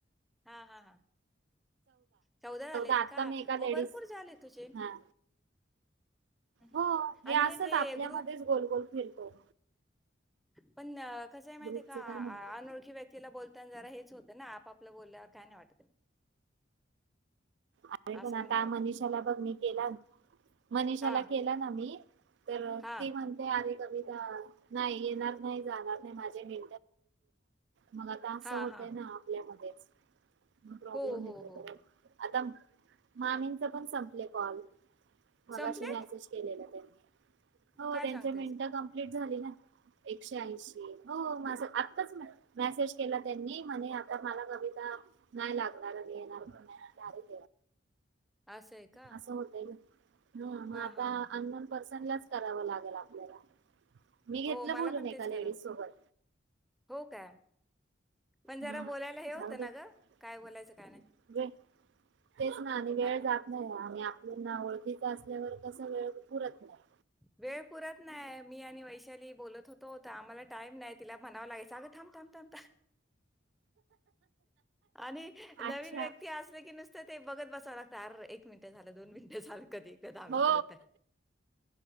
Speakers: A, in the centre; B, on the right.
A: हा हा हा. चौदा झालेत
B: आता
A: का?
B: मी एका लेडीज
A: मग भरपूर झाले तुझे.
B: हा
A: हम्म.
B: हो हे
A: आणि
B: असच
A: ते
B: आपल्यामध्येच
A: ग्रुप
B: गोलगोल फिरतो.
A: पण कसं आहे माहिती
B: ग्रुपच
A: आहे का
B: काय म्हणते
A: आ अनोळखी व्यक्तीला बोलताना जरा हेच होतं ना आपापला बोल्यवर काय नाय वाटत!
B: अरे
A: असं
B: पण आता
A: व्हायला
B: मनिषाला
A: लागलं
B: बघ मी केला मनीषाला
A: हा
B: केला ना मी तर
A: हा
B: ती म्हणते अरे कमी ह नाही येणार नाही जाणार नाही माझे मे मग आता असं
A: हा
B: होतंय
A: हा हा.
B: ना आपल्यामध्ये म प्रॉब्लेम
A: हो
B: येतो
A: हो हो
B: परत.
A: हो
B: आता मामींच पण संपलं कॉल. मगाशी
A: संपले
B: मेसेज केलेला त्यांनी हो
A: काय
B: त्यांच्या
A: सांगतेस
B: मिनटं कंप्लीट झाली ना. एकशे ऐंशी हो माझं आत्ताच मेसेज केला त्यांनी म्हणेज आता मला कविता नाही लागणार येणार पण नाही. <inaudible>
A: असंय का?
B: असं होतय ना ह मग
A: हा
B: आता
A: हा हा हा.
B: अननोन पर्सन ला च करावं लागेल. आपल्याला मी घेतलं
A: हो मला
B: बोलून
A: पण
B: एका
A: तेच
B: लेडीज
A: करा,
B: सोबत
A: हो काय पण जरा
B: हा
A: बोलायला हे होतं
B: जाऊ देत,
A: ना ग काय बोलायचं काय नाही
B: तेच ना आणि वेळ
A: आ,
B: जात नाही. आणि आपल्याना ओळखी असल्या कसा वेळ पुरत नाही.
A: वेळ पुरत नाही मी आणि वैशाली बोलत होतो, तर आम्हाला टाईम नाही तिला म्हणावं लागायचं अगं थांब थांब थांब! आणि नवीन
B: अच्छा
A: व्यक्ती असले की नु सते बघत बसावं लागत. अर एक मिनट झालं दोन मिनट झा कधी एकदा दहा
B: हो
A: मिनट होतंय.